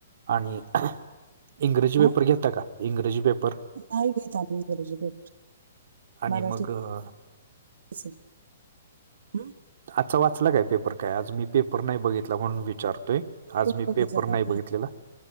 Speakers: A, on the right (about 65°); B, on the right (about 80°).
A: आणि इंग्रजी
B: हां,
A: पेपर घेता का? इंग्रजी पेपर?
B: नाही घेत <unintelligible>
A: आणि
B: मराठीत.
A: मग अ,
B: अच्छा ह <unintelligible>
A: आजचा वाचला काय पेपर काय आज मी पेपर नाही बघितला म्हणून विचारत? तोय आज
B: पण
A: मी
B: बघितलं
A: पेपर नाही बघितलेला.
B: मी